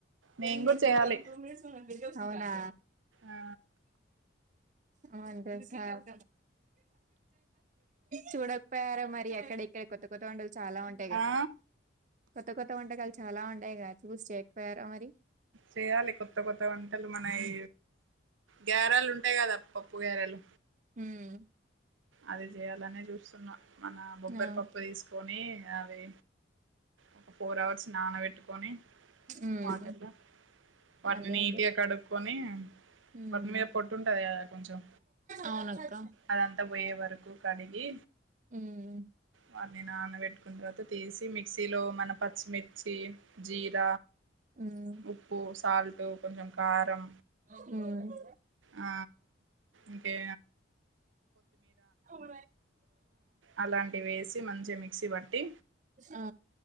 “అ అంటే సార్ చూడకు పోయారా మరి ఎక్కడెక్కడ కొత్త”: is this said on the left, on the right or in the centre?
Right